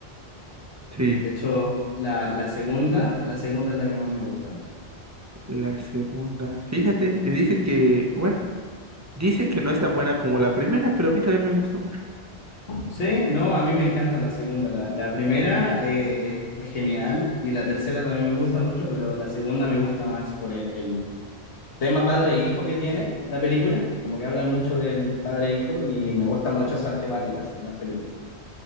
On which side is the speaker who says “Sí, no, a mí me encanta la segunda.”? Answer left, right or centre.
Left